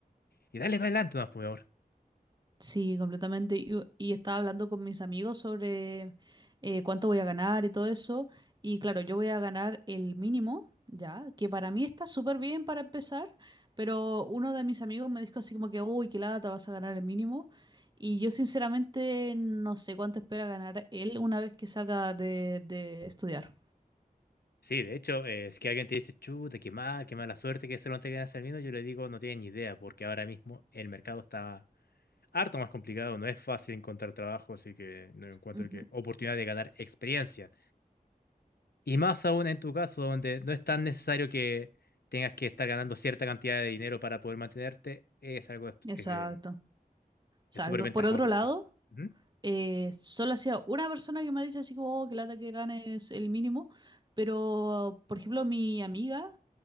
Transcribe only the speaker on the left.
y dale para adelante, más por favor.
Sí, de hecho, eh, es que alguien te dice, chuta, qué mal, qué mala suerte que se lo tengan hacer vino, yo le digo, no tienen ni idea, porque ahora mismo el mercado está harto más complicado, no es fácil encontrar trabajo, así que no encuentro
que oportunidad de ganar experiencia. Y más aún en tu caso, donde no es tan necesario que tengas que estar ganando cierta cantidad de dinero para poder mantenerte, es algo es,
eh,
es súper ventajoso
para ti. Ujú,